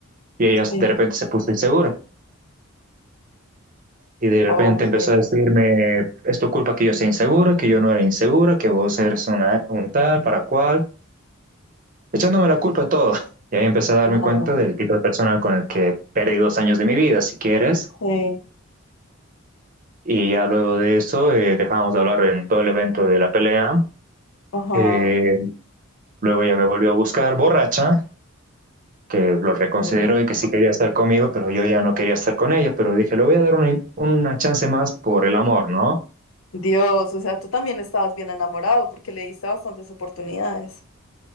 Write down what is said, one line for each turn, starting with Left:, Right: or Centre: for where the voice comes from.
Right: y ella
Left: Sí.
Right: de repente se puso insegura y de repente
Left: Ok.
Right: empezó a decirme, es tu culpa que yo sea insegura, que yo no era insegura, que vos eres una, un tal, para cual, echándome la culpa de todo. Y ahí empecé a darme
Left: No,
Right: cuenta del tipo de persona con el que perdí dos años de mi vida, si quieres.
Left: sí.
Right: Y ya luego de eso eh, dejamos de hablar en todo el evento de la pelea
Left: Ajá.
Right: Eh, luego ella me volvió a buscar borracha, que lo reconsideró
Left: Sí.
Right: y que sí quería estar conmigo, pero yo ya no quería estar con ella, pero dije, le voy a dar una, una chance más por el amor, ¿no?
Left: Dios, o sea, tú también estabas bien enamorado porque le diste bastantes oportunidades.